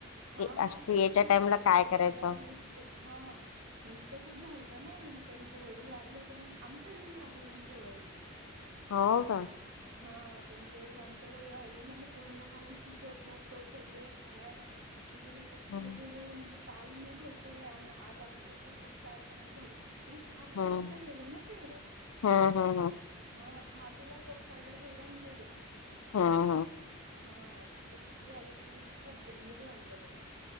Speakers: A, on the right; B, on the left.
A: हा
B: की
A: तेच
B: याच्या
A: ना म्हणजे
B: टाइमला
A: असं
B: काय
A: एखाद्याला
B: करायचं
A: नाही सुचत हा. म्हणजे तसंच झालता ना म्हणजे त्यांचे वडील वारले होते ना आमच्या घरी वारले त्यांचे वडील.
B: हो का?
A: हा त्यांच्या वडील आमच्या घरी वाले ना मग कोणाला काही सुचत नव्हतं सगळे हँग म्हणजे हे कसं
B: हं
A: काय गेले म्हणजे काल नीट होते आणि आज असं क्चा कसं काय अचानक झालं. म्हणजे चहा पिता-पिता
B: हं
A: गेले ना ते.
B: हं हं हं
A: हा चहा पीला कप साईडला ठेवला आन गेले.
B: हा हा.
A: हा तिथं तसं झालं तर मंग ते खूप डेंजर झालत ते.